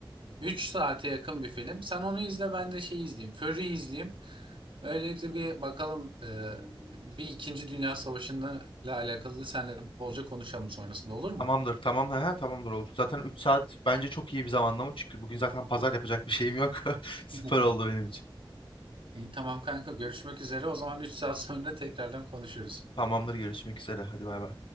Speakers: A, on the right; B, on the left.
A: 3 saate yakın bir film. Sen onu izle ben de şeyi izleyeyim. Fury'yi izleyeyim. Böylelikle bir bakalım e, bir İkinci Dünya Savaşı'nda ile alakalı da seninle bolca konuşalım sonrasında olur mu?
B: Tamamdır, tamam. He, tamamdır olur. Zaten 3 saat bence çok iyi bir zamanlama. Çünkü bugün zaten pazar yapacak bir şeyim yok. <laughs> Süper
A: <laughs>
B: oldu benim için.
A: İyi, tamam kanka görüşmek üzere. O zaman 3 saat sonra tekrardan konuşuruz.
B: Tamamdır, görüşmek üzere. Hadi bay bay.